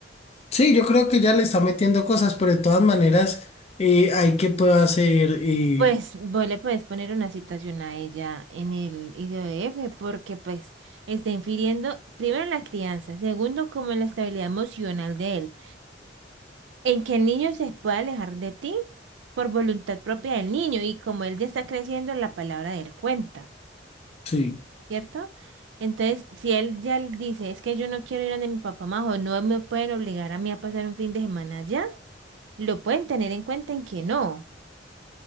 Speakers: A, on the left; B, on the right.
A: Sí, yo creo que ya le está metiendo cosas, pero de todas maneras eh, hay que puedo hacer, eh,
B: Pues vos le puedes poner una citación a ella en el IDF porque pues está infiriendo primero en la crianza, segundo como en la estabilidad emocional de él, en que el niño se pueda alejar de ti por voluntad propia del niño y como él ya está creciendo la palabra de él cuenta,
A: sí,
B: ¿cierto? Entonces, si él ya l- dice, es que yo no quiero ir donde mi papá más o no me pueden obligar a mí a pasar un fin de semana allá, lo pueden tener en cuenta en que no.